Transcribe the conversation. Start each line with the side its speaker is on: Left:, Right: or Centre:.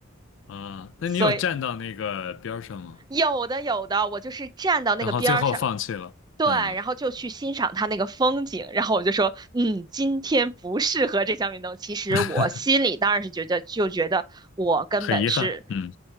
Left: 啊，那你有站到那个边儿上吗？
Right: 所以有的有的，我就是站到那个边儿上，
Left: 然后最后放弃了，
Right: 对，
Left: 嗯，
Right: 然后就去欣赏它那个风景，然后我就说，嗯，今天不适合这项运动。其实我心里当然是觉得，
Left: <laughs>
Right: 就觉得我根本是
Left: 很遗憾，嗯，